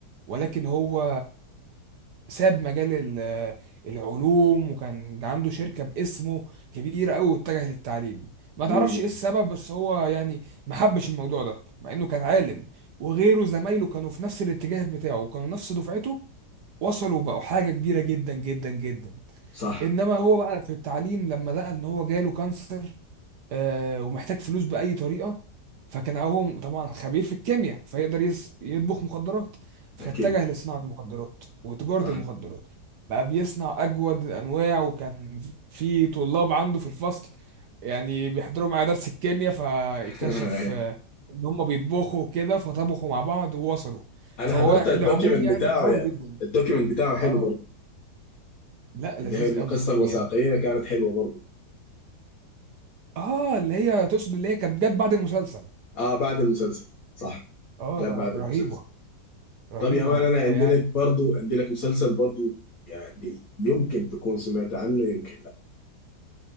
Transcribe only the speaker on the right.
ولكن هو ساب مجال ال- العلوم وكان عنده شركة باسمه كبيرة قوي واتجه للتعليم ما تعرفش
ايه السبب بس هو يعني ما حبش الموضوع ده مع انه كان عالم وغيره زمايله كانوا في نفس الاتجاه بتاعه وكانوا نفس دفعته وصلوا بقوا حاجة كبيرة جدا جدا جدا
انما هو بقى في التعليم لما لقى ان هو جاله كانسر آه، ومحتاج فلوس بأي طريقة فكان هو طبعا خبير في الكيمياء فيقدر يص- يطبخ مخدرات فاتجه
لصناعة المخدرات وتجارة
المخدرات بقى بيصنع أجود الأنواع وكان في طلاب عنده في الفصل يعني بيحضروا معاه درس الكيمياء فاكتشف
آه، إن هم بيطبخوا كده فطبخوا مع بعض ووصلوا
فهو
العموم يعني
قوي
جدا
اه
لا لذيذ
قوي قوي
يعني
اه اللي هي تقصد اللي هي كانت جت بعد المسلسل
اه
ر-
رهيبة رهيبة
رهيبة
يعني